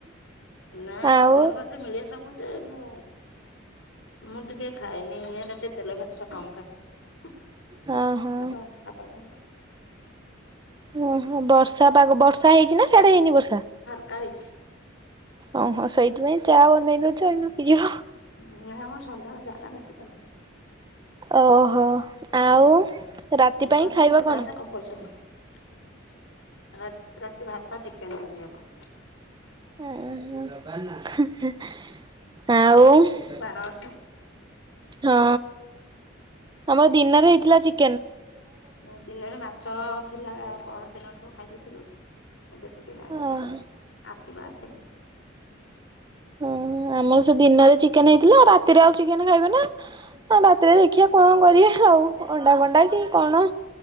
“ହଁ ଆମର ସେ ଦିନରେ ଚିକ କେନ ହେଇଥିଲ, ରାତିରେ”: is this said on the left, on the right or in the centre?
Right